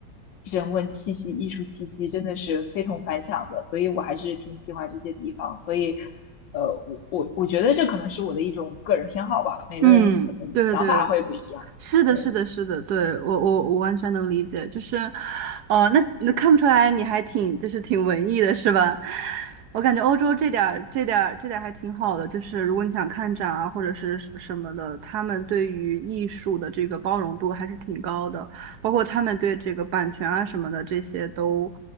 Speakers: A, on the left; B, on the right.
A: 人文气息、艺术气息真的是非同凡响的，所以我还是挺喜欢这些地方。所以，呃，我我我觉得这可能是我的一种个人偏好吧，每个人可能想法会不一样。
B: 嗯，对对对，是的，
A: 对。
B: 是的，是的，对，我我我完全能理解，就是，哦，那那看不出来你还挺就是挺文艺的是吧？我感觉欧洲这点儿这点儿这点儿还挺好的，就是如果你想看展啊或者是什什么的，他们对于艺术的这个包容度还是挺高的，包括他们对这个版权啊什么的这些都，